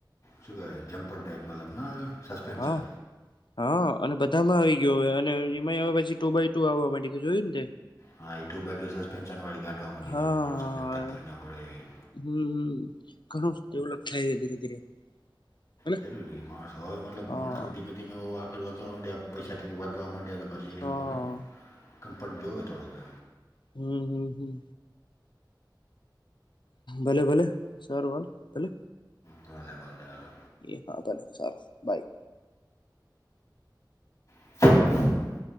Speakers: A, on the left; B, on the left.
A: શું કેવાય જંપર ટાઈપ મતલબ ના આવે. સસ્પેન્શન
B: હા. હા અને બધામાં આવી ગયો અને એમઈ આવે પછી ટુ બાય ટુ આવા માંડી જોયું ને તે.
A: હા એ ટુ બાય ટુ સસ્પેન્સન વાડી ગાડવા મડી
B: હા
A: ઓલા માણસો ને તકલીફ ના પડે.
B: હમ હમ ઘણું ડેવલપ થાય છે ધીરે ધીરે. હેને
A: જરૂરી માણસો હવે મતલબ
B: હા
A: માણસો ધીમે ધીમે આગળ વધવા માંડ્યા પૈસા વધવા માંડ્યા. પછી
B: હા
A: એ લોકોને કમ્ફટ જોવે થડો ઘ.
B: હમ હમ હમ ભલે, ભલે સારું વાલ ભલે
A: ભલે, ભલે હલો.
B: એ હા, ભલે સારો બાય.
A: <inaudible>